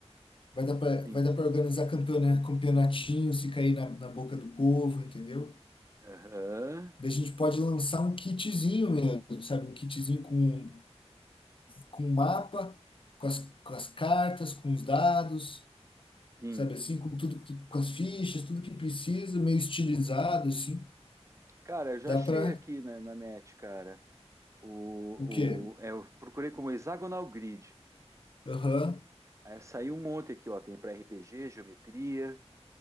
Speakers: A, on the left; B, on the right.
A: vai dar para
B: Sim.
A: vai dar para organizar campeona, campeonatinho, se cair na, na boca do povo, entendeu?
B: Aham,
A: Daí a gente pode lançar um kitzinho mesmo, sabe? Um kitzinho com com o mapa, com as, com as cartas, com os dados,
B: sim.
A: sabe assim, com tudo, que- com as fichas, tudo que precisa, meio estilizado, assim.
B: Cara, eu já
A: Dá
B: achei
A: para
B: aqui na, na net, cara. O,
A: o quê?
B: o, é, eu procurei como hexagonal grid.
A: Aham.
B: Aí saiu um monte aqui, ó. Tem para RPG, geometria,